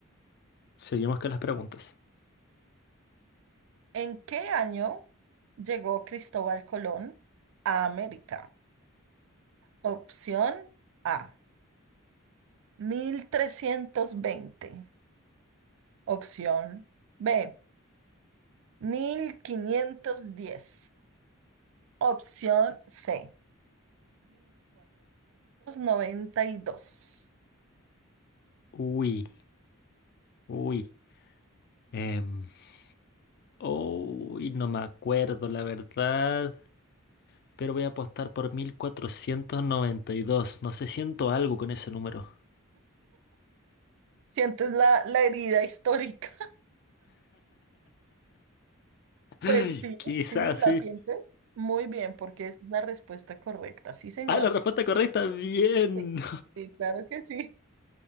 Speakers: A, on the left; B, on the right.
A: Seguimos con las preguntas.
B: ¿En qué año llegó Cristóbal Colón a América? Opción A, 1320. Opción B, 1510. Opción C, 1492.
A: Uy, uy. Em, uy, no me acuerdo, la verdad. Pero voy a apostar por 1492. No sé, siento algo con ese número.
B: ¿Sientes la, la herida histórica? Pues
A: <laughs>
B: sí,
A: Quizás
B: sí, la
A: sí.
B: sientes. Muy bien, porque esa es la respuesta correcta. Sí, señor.
A: Ah, la respuesta correcta. Bien.
B: Sí, sí, claro que sí.